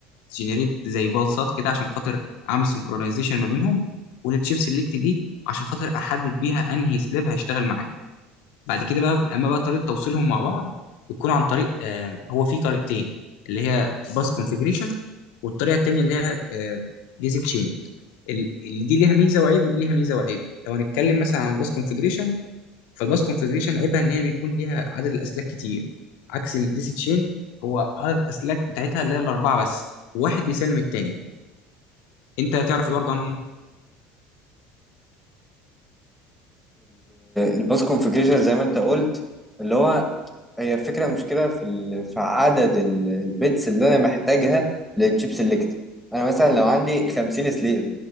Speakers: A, on the left; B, in the centre.
A: بتجنريت زي بالصات كده عشان خاطر اعمل سنكرونايزيشن ما بينهم والتشيبس الليكت دي عشان خاطر احدد بيها انهي سلاف هيشتغل معايا بعد كده بقى اما بقى طريقه توصيلهم مع بعض بتكون عن طريق آه، هو في طريقتين اللي هي باس كونفيجريشن والطريقه التانيه اللي هي جيزي تشين اللي دي ليها ميزه وعيب ودي ليها ميزه وعيب لو هنتكلم مثلا عن الباس كونفيجريشن فالباس كونفيجريشن عيبها ان هي بيكون ليها عدد الاسلاك كتير عكس الديزي تشين هو عدد الاسلاك بتاعتها اللي هي الاربعه بس واحد بيسلم التاني انت هتعرف ايه برضه عنهم
B: الباس كونفيجريشن زي ما انت قلت اللي هو هي فكره مشكله في ال- في عدد ال- البيتس اللي انا محتاجها للتشيب سيلكت انا مثلا لو عندي 50 سليف